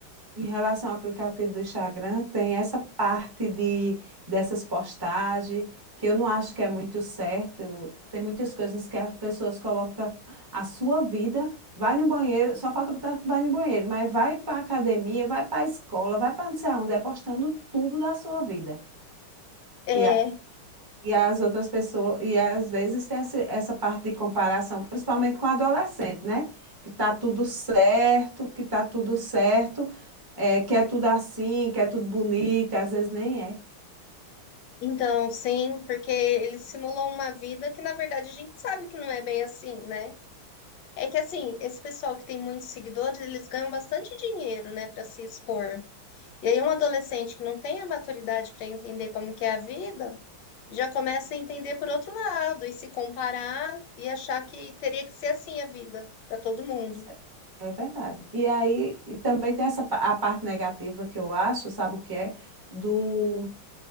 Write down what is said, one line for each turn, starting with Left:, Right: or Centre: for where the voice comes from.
Right: Em relação ao aplicativo do Instagram, tem essa parte de dessas postagens que eu não acho que é muito certo. Tem muitas coisas que as pessoas colocam a sua vida, vai no banheiro, só falta botar que vai no banheiro, mas vai para academia, vai para a escola, vai para não sei aonde, é postando tudo da sua vida.
Left: É.
Right: e a- e as outras pessoas, e às vezes tem esse- essa parte de comparação, principalmente com adolescente, né? Que tá tudo certo, que tá tudo certo, é, que é tudo assim, que é tudo bonito, e às vezes nem é.
Left: Então, sim, porque eles simulam uma vida que, na verdade, a gente sabe que não é bem assim, né? É que, assim, esse pessoal que tem muitos seguidores, eles ganham bastante dinheiro, né, para se expor. E aí, um adolescente que não tem a maturidade para entender como que é a vida, já começa a entender por outro lado e se comparar e achar que teria que ser assim a vida para todo mundo.
Right: Pois É É verdade. E aí, e também tem essa pa- a parte negativa que eu acho, sabe o que é? do